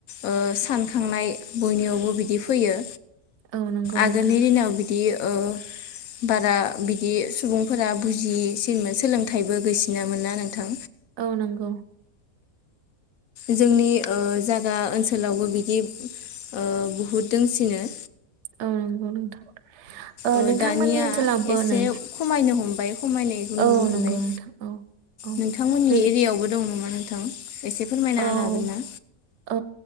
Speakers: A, on the left; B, on the right.
A: ओ सानखांनाय बयनियावबो बिदि फैयो।
B: औ नंगौ
A: आगोलनि
B: नोंथां।
A: दिनाव बिदि ओ बारा बिदि सुबुंफोरा बुजि जिसिनमोन सोलोंथाइबो गोैसिनामोनना नोंथां
B: औ नंगौ।
A: जोंनि ओ जागा ओनसोलावबो बिदि ओ बहुद दोंसिनो।
B: औ नंगौ नोंथां।
A: ओ
B: नोंथांमोननि
A: दानिया
B: ओनसोलावबो
A: एसे
B: नै
A: खमायनो हमबाय। खमायनायखौ नुनो
B: औ
A: मोनबाय
B: नंगौ नोंथां औ औ
A: नोंथांमोननि
B: नों
A: एरियायावबो दं नामा नोंथां एसे फोरमायना
B: औ
A: होना हागोन ना?
B: औ